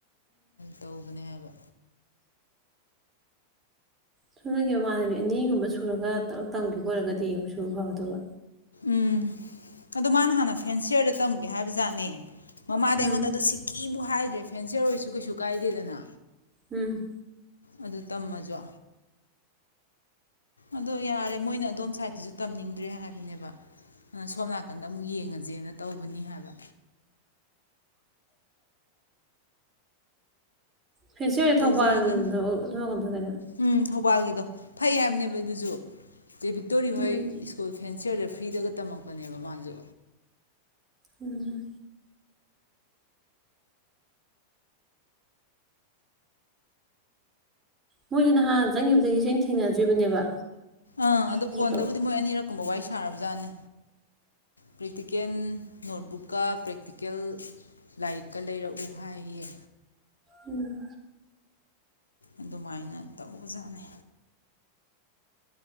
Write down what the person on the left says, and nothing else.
ꯇꯧꯕꯅꯤ ꯍꯥꯏꯕ
ꯎꯝ ꯑꯗꯨ ꯃꯥꯅ ꯍꯥꯟꯅ ꯐꯦꯟꯁꯤꯌꯔꯗ ꯇꯝꯒꯦ ꯍꯥꯏꯕ ꯖꯥꯠꯅꯦ ꯃꯃꯥꯗ
ꯑꯩꯉꯣꯟꯗ ꯑꯗꯨ ꯁꯤꯛꯀꯤ ꯍꯥꯏꯗ꯭ꯔꯦ ꯐꯦꯟꯁꯔ ꯑꯣꯏꯔꯁꯨ ꯀꯩꯁꯨ ꯀꯥꯏꯗꯦꯗꯅ
ꯑꯗꯨ ꯇꯝꯃꯖꯨ ꯑꯗꯣ ꯌꯥꯔꯦ ꯃꯣꯏꯅ ꯑꯗꯣꯝ ꯁꯥꯏꯠꯇꯁꯨ ꯇꯝꯅꯤꯡꯗ꯭ꯔꯦ ꯍꯥꯏꯕꯅꯦꯕ ꯑꯗꯨ ꯁꯣꯝ ꯅꯥꯀꯟꯗ ꯑꯃꯨꯛ ꯌꯦꯡꯉꯁꯦꯅ ꯇꯧꯕꯅꯤ ꯍꯥꯏꯕ
ꯇꯧꯖꯔꯖꯅꯤ
ꯎꯝ ꯊꯧꯕꯥꯜꯒꯤꯗꯣ ꯐꯩ ꯍꯥꯏꯕꯅꯦꯕ ꯑꯗꯨꯁꯨ ꯆꯦ ꯕꯤꯛꯇꯣꯔꯤ
ꯍꯣꯏ ꯁꯀꯨꯜ ꯐꯦꯟꯁꯤꯌꯔꯗ ꯐ꯭ꯔꯤꯗꯒ ꯇꯝꯃꯛꯄꯅꯦꯕ ꯃꯥꯁꯨ
ꯑꯥ ꯑꯗꯨ
ꯐꯣꯟꯗꯕꯨꯗꯤ ꯃꯣꯏ ꯑꯅꯤꯔꯛ ꯀꯨꯝꯕ ꯋꯥꯔꯤ ꯁꯥꯔꯕ ꯖꯥꯠꯅꯤ ꯄ꯭ꯔꯦꯛꯇꯤꯀꯦꯟ ꯅꯣꯠꯕꯨꯛꯀ ꯄ꯭ꯔꯦꯛꯇꯤꯀꯦꯜ ꯂꯥꯏꯔꯤꯛꯀ ꯂꯩꯔꯛꯎ ꯍꯥꯏꯌꯦ
ꯑꯗꯨꯃꯥꯏꯅ ꯇꯧꯕꯖꯥꯠꯅꯤ